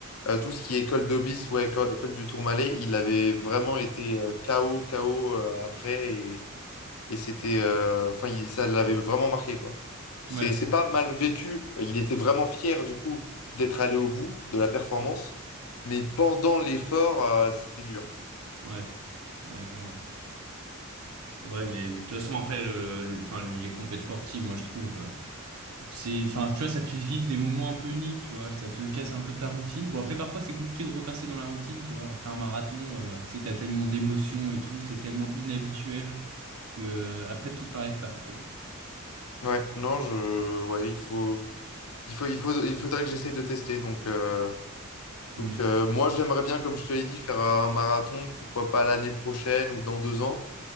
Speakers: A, on the left (about 85°); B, on the right (about 80°).
A: euh, tout ce qui est col d'Aubis ou col, col du Tourmalet, il avait vraiment été euh, KO, KO euh, après et, et c'était, euh, enfin, il- ça l'avait vraiment marqué quoi. C'est,
B: Ouais,
A: c'est pas mal vécu. Il était vraiment fier du coup d'être allé au bout de la performance, mais pendant l'effort, euh, c'était dur.
B: ouais, ouais, clairement. Ouais, mais de toute façon, après, le, le- enfin, les compétitions sportives, moi, je trouve. C'est, enfin, tu vois, ça te fait vivre des moments un peu uniques, tu vois. Ça te casse un peu ta routine. Bon, après, parfois, c'est compliqué de repasser dans la routine, tu vois. Après un marathon, euh, tu sais, t'as tellement d'émotions et tout, c'est tellement inhabituel que euh, après, tout te paraît fade, tu vois.
A: Ouais, non, je, ouais, il faut, il faut, il faut, il faudrait que j'essaie de tester. Donc, euh,
B: Hmm.
A: donc euh, moi, j'aimerais bien, comme je te l'ai dit, faire un marathon, pourquoi pas l'année prochaine ou dans deux ans.